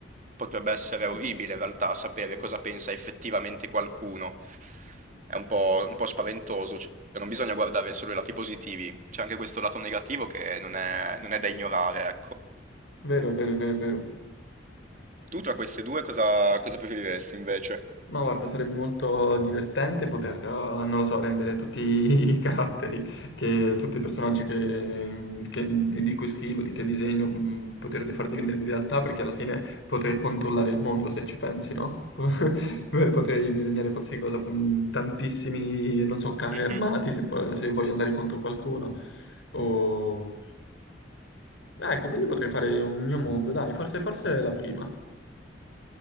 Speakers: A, on the right; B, on the left.
A: potrebbe essere orribile in realtà sapere cosa pensa effettivamente qualcuno. È un po', un po' spaventoso, cioè non bisogna guardare solo i lati positivi, c'è anche questo lato negativo che non è, non è da ignorare, ecco.
B: Vero, vero, vero, vero.
A: Tu tra queste due cosa, cosa preferiresti invece?
B: Ma guarda, sarebbe molto divertente poter, eh, non lo so, rendere tutti <laughs> i caratteri, che, tutti i personaggi che- che- di, di cui scrivo, di che disegno, mh, poterli far diventare realtà, perché alla fine potrei controllare il mondo, se ci pensi, no? <laughs> Beh, Potrei disegnare qualsiasi cosa, mh, tantissimi, non so, carri
A: Mhm.
B: armati, se, po- se voglio andare contro qualcuno. O... Ecco, quindi potrei fare un mio mondo, dai, forse, forse è la prima.